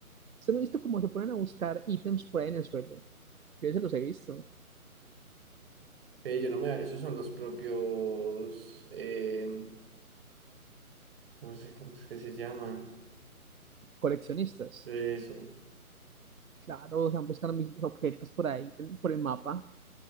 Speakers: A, on the right; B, on the right.
A: Usted no ha visto cómo se ponen a buscar ítems por ahí en el suelo. Yo se los he visto.
B: Eh, yo no me, esos son los propios, eh, no sé cómo es que se llaman,
A: Coleccionistas.
B: eso,
A: Claro, están buscando mis objetos por ahí, por el mapa.